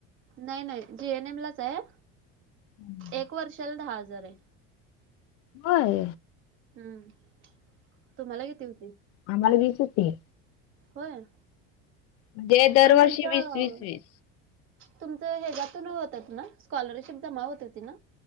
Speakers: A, on the right; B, on the left.
A: नाही नाही जीएनएम लाच हाय,,
B: हम्म.
A: एक वर्षाला दहा हजार हाय.
B: होय.
A: हम्म. तुम्हाला किती होती
B: आम्हाला वीस ये फी.
A: होय,,
B: म्हणजे दरवर्षी
A: पण तुमचं
B: वीस वीस वीस.
A: तुमचं हज्यातून होतत ना, स्कॉलरशिप जमा होत होती ना.